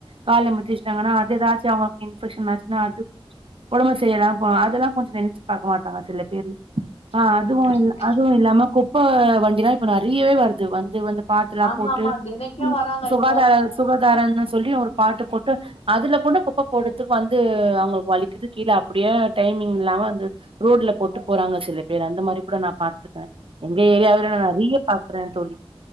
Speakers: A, on the right; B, on the left.
A: கால்ல மிதிச் சாங்கன்னா அத ஏதாச்சும் அவங்களுக்கு இன்பக்ஷன் ஆச்சுன்னா அது உடம்ப சரி இல்லாம போகு அதெல்லாம் கொஞ்ச நினைச்சு பாக்க மாட்டாங்க சில பேர் ஆ
B: ஆமா
A: அதுவும்
B: ஆமா
A: அதுவும் இல்லாம குப் ப வண்டிலாம் இப்ப நிறையவே வருது வந்து வந்த பாட்டுலாம்
B: ஆமா
A: போட்டு
B: ஆமா தினைக்கு
A: சு
B: வராங்க
A: சுகாதார
B: இப்போ
A: சுகாதாரம்னு சொல்லி ஒரு பாட்டு போட்டு அதுல கூட குப்பை போடுத்துக்கு வந்து அவங்களுக்கு வலிக்குது கீழே அப்டியே டைமிங் இல்லாம வந்து ரோட்ல போட்டு போறாங்க சில பேர் அந்த மாரி கூட நான் பாத்திருக்கேன் எங்க ஏரியாவ நான் நிறைய பாக்குறேன் தோழி